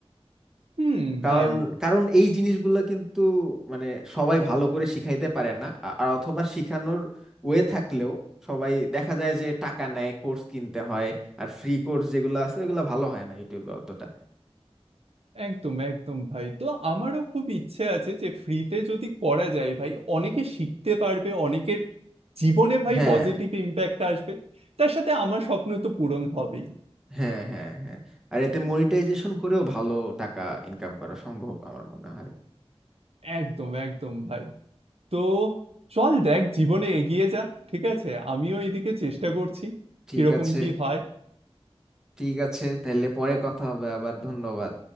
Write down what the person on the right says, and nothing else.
হুম
ভাই
একদম একদম ভাই তো আমারও খুব ইচ্ছে আছে যে ফ্রিতে যদি করা যায় ভাই অনেকে শিখতে পারবে অনেকের জীবনে ভাই
পজিটিভ ইম্প্যাক্ট আসবে তার সাথে আমার স্বপ্ন তো পূরণ হবেই
একদম একদম ভাই তো চল দেখ জীবনে এগিয়ে যা ঠিক আছে আমিও এদিকে চেষ্টা করছি
কিরকম
কি হয়